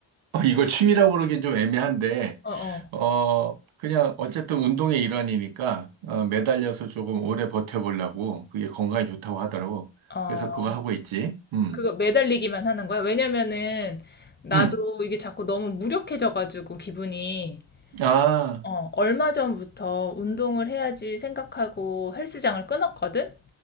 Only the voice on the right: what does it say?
어, 이걸 취미라고 그러긴 좀 애매한데,
어, 그냥 어쨌든 운동의 일환이니까, 어, 매달려서 조금 오래 버텨보려고, 그게 건강에 좋다고 하더라고.
그래서 그거 하고 있지. 음,
음.
아,